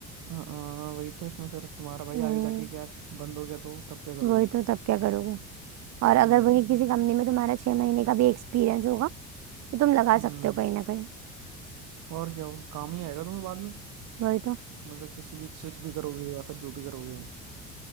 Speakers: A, on the right; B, on the right.
A: हाँ हाँ, वही तो इसमें फिर तुम्हारा भाई
B: हम्म
A: आगे जाके क्या बंद हो गया तो तब क्या करोगे
B: वही तो तब क्या करोगे और अगर
A: हम्म
B: वही किसी कंपनी में तुम्हारा छह महीने का भी एक्सपीरियंस होगा तो तुम लगा
A: हम्म
B: सकते हो कहीं ना कहीं
A: और क्या हो काम ही आएगा तुम्हें बाद में
B: वही तो
A: मतलब किसी भी स्विच भी करोगे या फिर जो भी करोगे